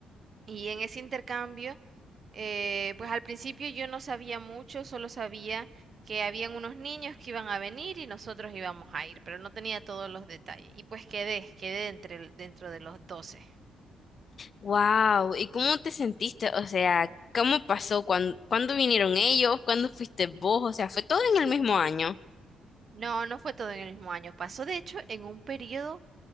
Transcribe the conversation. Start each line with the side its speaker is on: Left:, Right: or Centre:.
Right: Y en ese intercambio, eh, pues al principio yo no sabía mucho, solo sabía que habían unos niños que iban a venir y nosotros íbamos a ir, pero no tenía todos los detalles. Y pues quedé, quedé entre, el- dentro de los 12.
Left: Wow, ¿y cómo te sentiste? O sea, ¿cómo pasó? ¿Cuándo, cuándo vinieron ellos? ¿Cuándo fuiste vos? O sea, fue todo en el mismo año.
Right: No, no fue todo en el mismo año, pasó de hecho en un periodo